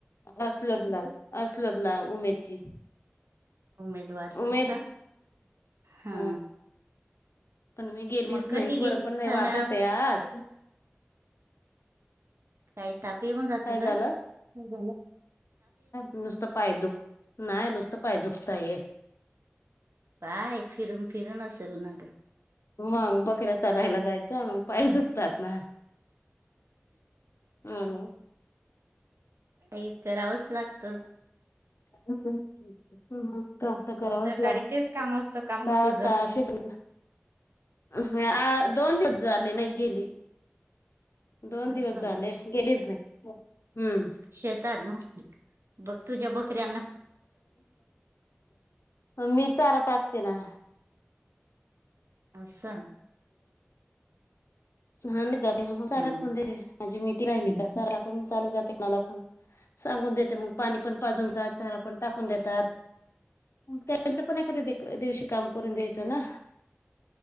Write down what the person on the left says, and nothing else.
असलो ला असलोत ला उमेदची
उमेद
ह पण मी गेलीच
नाही बरं
पण
नाही
वाटत आहे आज
काय
झालं नुसतं पाय दुख नाही नुसतं पाय दुखताय आहे.
मग बकरा्याच राहायला जायचं मग पाय दुखतात ना. ह ना.
ह हम् ह काम तर करावंच
लागता
अे तु दोन दिवस झाले नाही गेली. दोन दिवस
झाले गेलीच नाही हम्म
मी चारा टाकते ना.
सुहा ज चारठ
पर आहे. ण चा जाते सांगून देतगण. पाजूनात चार आपण टाकून देतात. त्यांचं पण एखाद्या दिवशी काम करून द्यायचं ना.